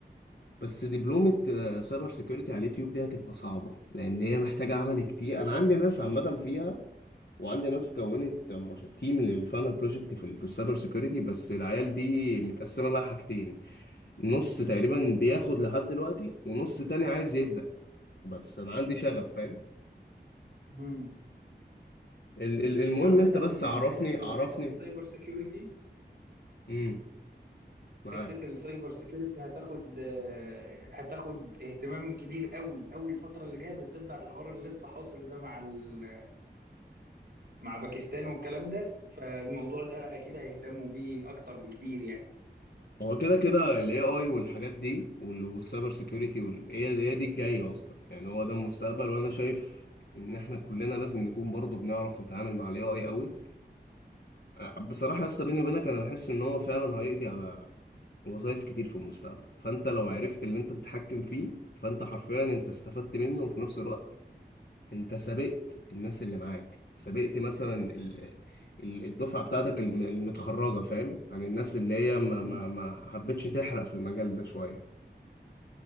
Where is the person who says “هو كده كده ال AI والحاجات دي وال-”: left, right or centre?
Left